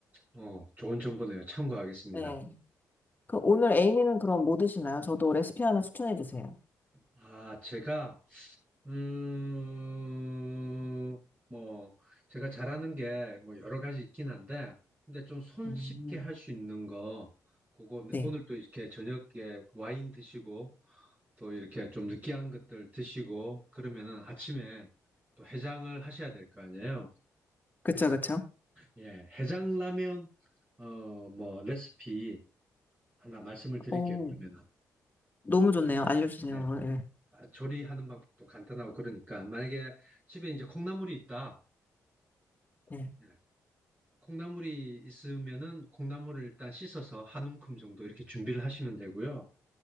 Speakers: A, on the right; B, on the left.
A: 어, 좋은 정보네요. 참고하겠습니다.
B: 네. 그 오늘 A님은 그럼 뭐 드시나요? 저도 레시피 하나 추천해 주세요.
A: 아, 제가, 음, 뭐, 제가 잘하는 게 뭐 여러 가지 있긴 한데, 근데 좀 손쉽게
B: 음.
A: 할 수 있는 거, 그거 근데
B: 네.
A: 오늘 또 이렇게 저녁에 와인 드시고, 또 이렇게 좀 느끼한 것들 드시고, 그러면은 아침에 또 해장을 하셔야 될 거 아니에요?
B: 그쵸, 그쵸.
A: 예, 해장라면, 어, 뭐, 레시피 하나 말씀을 드릴게요,
B: 오,
A: 그러면은.
B: 너무 좋네요. 알려주세요.
A: 예,
B: 네.
A: 아, 조리하는 방법도 간단하고 그러니까, 만약에 집에 이제 콩나물이 있다,
B: 네.
A: 네. 콩나물이 있으면은 콩나물을 일단 씻어서 한 움큼 정도 이렇게 준비를 하시면 되고요.